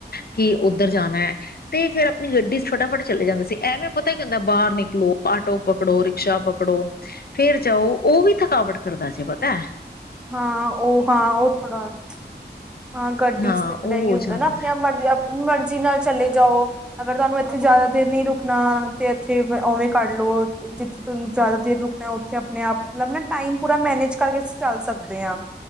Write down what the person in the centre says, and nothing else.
ਹਾਂ, ਉਹ ਹਾਂ, ਉਹ ਥੋੜ੍ਹਾ ਹਾਂ, ਗੱਡੀ
ਚ ਤੇ, ਫਿਰ
ਇਹੀ
ਹੁੰਦਾ
ਨਾ, ਆਪਣੇ ਆਪ ਮਰਜ਼ੀ, ਆਪਣੀ ਮਰਜ਼ੀ ਨਾਲ, ਚਲੇ ਜਾਓ। ਅਗਰ ਤੁਹਾਨੂੰ, ਐਥੇ ਜਿਆਦਾ ਦੇਰ ਨਹੀਂ ਰੁਕਣਾ, ਤੇ ਐਥੇ ਔਵੇਂ ਕਰ ਲੋ। ਜਿੱਥੇ, ਤੁਹਾਨੂੰ ਜਿਆਦਾ ਦੇਰ ਰੁਕਣਾ, ਉੱਥੇ ਆਪਣੇ ਆਪ ਮਤਲਬ ਨਾ, ਟਾਈਮ ਪੂਰਾ ਮੈਨੇਜ ਕਰਕੇ ਚੱਲ ਸਕਦੇ ਹਾਂ,